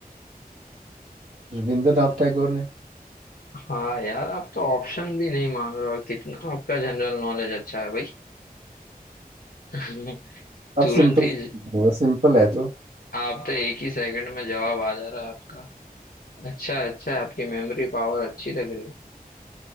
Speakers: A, on the right; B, on the left.
A: रविंद्रनाथ टैगोर ने
B: हाँ यार आप तो ऑप्शन भी नहीं मांग रहे हो और कितना आपका जनरल नॉलेज अच्छा है भाई <laughs>
A: अब
B: तुरंत
A: सिंपल
B: ही ज-
A: सिंपल है तो
B: आप तो एक ही सेकंड में जवाब आ जा रहा है आपका अच्छा अच्छा आपकी मेमोरी पावर अच्छी लग रही है